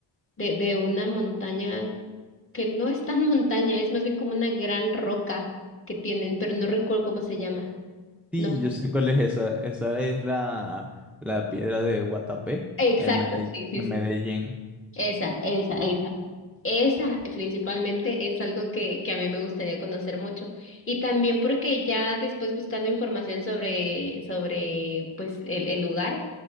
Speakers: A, on the left; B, in the centre.
A: de, de una montaña que no es tan <laughs> montaña, es más bien como una gran roca que tienen, pero no recuerdo cómo se llama.
B: Sí,
A: No,
B: yo sé cuál es esa. Esa es la, la piedra de Guatapé
A: exacto,
B: en Medell-
A: sí, sí,
B: en Medellín.
A: Esa, esa, esa. Esa principalmente es algo que, que a mí me gustaría conocer mucho. Y también porque ya después buscando información sobre, sobre pues el, el lugar,